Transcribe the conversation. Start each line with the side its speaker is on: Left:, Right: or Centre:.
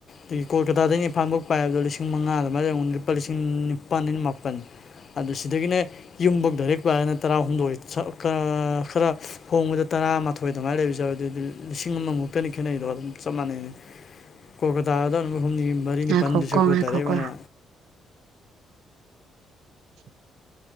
Left: ꯑꯗꯒꯤ ꯀꯣꯜꯀꯇꯥꯗꯩꯅ ꯏꯝꯐꯥꯜꯐꯣꯛ ꯄꯥꯏꯕꯗ ꯂꯤꯁꯤꯡ ꯃꯉꯥ ꯑꯗꯨꯃꯥꯏ ꯂꯩꯔꯝꯒ ꯂꯨꯄꯥ ꯂꯤꯁꯤꯡ ꯅꯤꯄꯥꯥꯟꯗꯩꯅ ꯃꯥꯄꯟ ꯑꯗꯨ ꯁꯤꯗꯒꯤꯅꯦ ꯌꯨꯝꯐꯧ ꯗꯥꯏꯔꯦꯛ ꯄꯥꯏꯔꯅ ꯇꯔꯥ ꯍꯨꯝꯗꯣꯏ <unintelligible> ꯈꯥꯔꯥ ꯈꯔ ꯍꯣꯡꯕꯗ ꯇꯔꯥꯃꯊꯣꯏ ꯈꯣꯏ ꯑꯗꯨꯃꯥꯏꯅ ꯂꯩꯕꯁꯨ ꯌꯥꯎꯏ ꯑꯗꯨꯗꯤ ꯂꯤꯁꯤꯡ ꯑꯃꯃꯨꯛꯇꯅꯤ ꯈꯦꯠꯅꯩꯗꯣ ꯑꯗꯨꯝ ꯆꯞ ꯃꯥꯟꯅꯩꯌꯦ ꯀꯣꯜꯀꯇꯥꯗ ꯅꯨꯃꯤꯠ ꯍꯨꯝꯅꯤ ꯃꯔꯤꯅꯤ
Right: ꯉꯥꯏꯈꯣꯀꯣ
Left: ꯄꯥꯟꯗꯣꯏ ꯁꯔꯨꯛꯄꯨ
Right: ꯉꯥꯏꯈꯣꯀꯣ
Left: ꯗꯥꯏꯔꯦꯛ ꯑꯣꯏꯅ
Right: <inaudible>